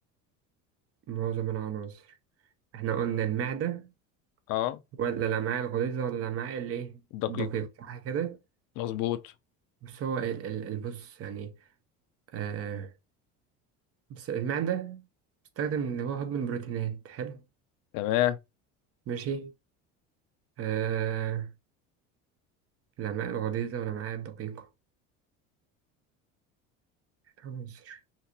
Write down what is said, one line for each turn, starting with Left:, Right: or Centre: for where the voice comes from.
Right: معظم العناصر احنا قلنا المعدة
Left: اه
Right: ولا الأمعاء الغليظة ولا الأمعاء الايه؟
Left: دقيقة
Right: الدقيقة صح كده؟
Left: مظبوط
Right: بس هو ال- ال- البص يعني آه بس المعدة بتستخدم إن هو هضم البروتينات حلو
Left: تمام
Right: ماشي آه الأمعاء الغليظة والأمعاء الدقيقة العناصر